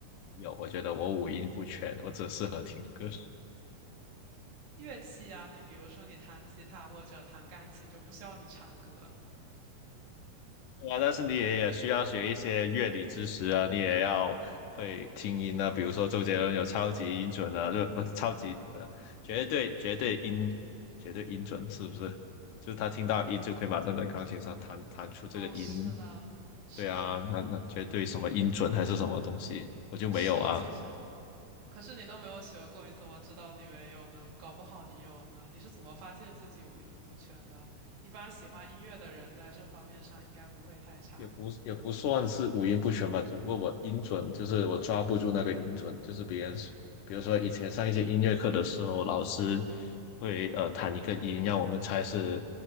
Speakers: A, on the left; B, on the right.
A: 有，我觉得我五音不全，我只适合听歌。
B: 乐器啊，你比如说你弹吉他或者弹钢琴，就不需要你唱歌。
A: 对啊，但是你也也需要学一些乐理知识啊，你也要会听音啊，比如说周杰伦有超级音准啊，就不超级呃绝对绝对音绝对音准是不是？就是他听到音就可以马上在钢琴上弹弹出这个音，
B: 哦，是的，是的，
A: 对啊，那那绝对什么音准还是什么东西，我就没有啊。
B: 是就是。可是你都没有学过，你怎么知道你没有呢？搞不好你有呢。你是怎么发现自己五音不全的？一般喜欢音乐的人在这方面上应该不会太差。
A: 也不也不算是五音不全吧，只不过我音准就是我抓不住那个音准，就是别人，比如说以前上一些音乐课的时候，老师会呃弹一个音，让我们猜是